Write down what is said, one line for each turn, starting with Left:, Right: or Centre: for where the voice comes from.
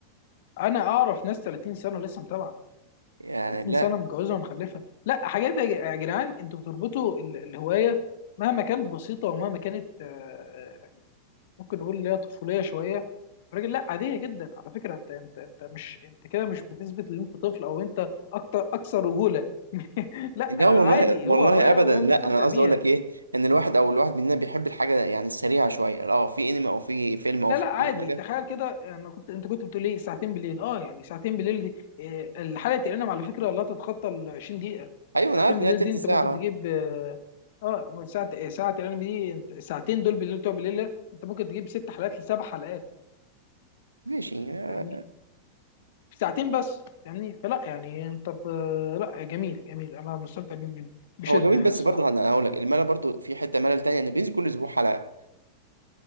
Left: انا اعرف ناس 30 سنه لسه متابعه
Right: <laughs> يعني
Left: 30
Right: لا
Left: سنه متجوزه ومخلفه لا حاجات يا ج- يا جدعان انتوا بتربطوا ال- الهوايه مهما كانت بسيطه ومهما كانت آه، آه، يعني ممكن نقول اللي هي طفوليه شويه الراجل لا عاديه جدا على فكره انت انت انت مش انت كده مش بتثبت ان انت طفل او انت اكتر اكثر رجوله لا
Right: لا
Left: عادي
Right: والله
Left: هو
Right: والله
Left: هوايه
Right: ابدا
Left: وهو
Right: لا
Left: بيستمتع
Right: انا قصدي
Left: بيها
Right: اقول لك ايه ان الواحد او الواحد مننا بيحب الحاجه يعني السريعه شويه اه في انمي او في فيلم او
Left: لا
Right: في
Left: لا عادي
Right: اي حاجه
Left: تخيل كده انا كنت انت كنت بتقول ايه ساعتين بالليل اه يعني ساعتين بالليل دي إيه الحلقه تقريبا على فكره لا تتخطى ال 20 دقيقه
Right: ايوه انا
Left: ساعتين
Right: عارف
Left: بالليل
Right: ان هي تلت
Left: دي انت
Right: ساعه
Left: ممكن تجيب
Right: آه.
Left: اه آه، من ساعه إيه، ساعه تقريبا دي انت- الساعتين دول بالليل بتوع بالليل ده، انت ممكن تجيب ست حلقات لسبع حلقات
Right: ماشي آه.
Left: فاهمني في ساعتين بس فاهمني فلا يعني انت ب... لا جميل جميل انا مستمتع بيه بشده
Right: هو جميل
Left: يعني
Right: بس
Left: الصراحه
Right: برضه انا هقول لك الملل برضه في حته ملل تانية انه بينزل كل اسبوع حلقه